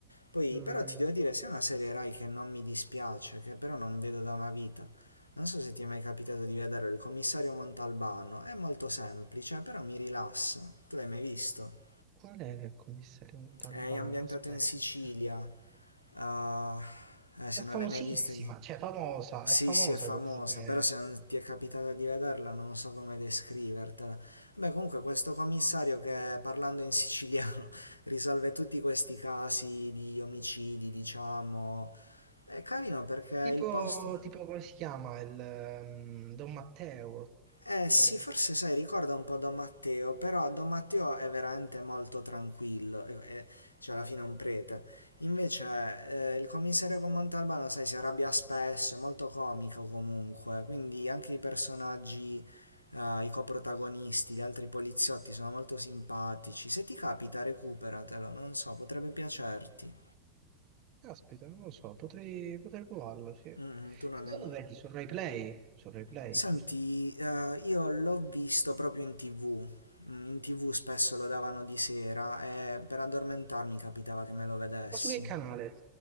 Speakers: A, on the left; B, on the right.
A: Poi,
B: Mm,
A: però ti devo dire, se è una serie Rai che non mi dispiace, che però non vedo da una vita. Non so se ti è mai capitato di vedere il commissario Montalbano, è molto semplice, però mi rilassa. Tu l'hai mai visto?
B: Qual era il commissario Montalbano?
A: È ambientato
B: Aspetta.
A: in Sicilia. Ah, eh, se
B: È famosissima,
A: non l'hai mai visto...
B: cioè famosa,
A: Sì,
B: è famosa
A: sì, è famosa,
B: comunque.
A: però se non ti è capitato di vederla non so come descrivertela. Beh, comunque questo commissario che parlando in siciliano <laughs> risolve tutti questi casi di omicidi, diciamo, è carino perché
B: Tipo,
A: il posto...
B: tipo come si chiama il ehm, Don Matteo stile.
A: Eh sì, forse sai, ricorda un po' Don Matteo, però Don Matteo è veramente molto tranquillo, e- e- cioè alla fine è un prete. Invece eh, il commissario con Montalbano, sai, si arrabbia spesso, è molto comico comunque, quindi anche i personaggi, eh, i coprotagonisti, gli altri poliziotti sono molto simpatici. Se ti capita, recuperatelo, non so, potrebbe piacerti.
B: Caspita, non lo so, potrei, potrei provarlo, sì. E
A: Mm, mm, tu non
B: dove
A: ne...
B: lo vedi? Su Rai Play? Su Rai Play,
A: Senti,
B: giusto?
A: eh, io l'ho visto proprio in TV. Mm, In TV spesso lo davano di sera e per addormentarmi capitava che me lo vedessi.
B: Ma su che canale?